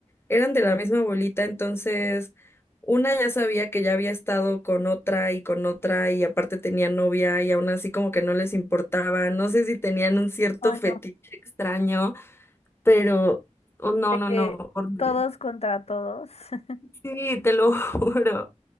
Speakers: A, on the left (about 20°); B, on the left (about 55°).
A: eran de la misma bolita, entonces una ya sabía que ya había estado con otra y con otra y aparte tenía novia y aún así como que no les importaba, no sé si tenían un cierto
B: Ay,
A: fetiche
B: no.
A: extraño, pero oh, no,
B: De
A: no,
B: que
A: no, horrible.
B: todos contra todos. <laughs>
A: Sí, te lo <laughs> juro.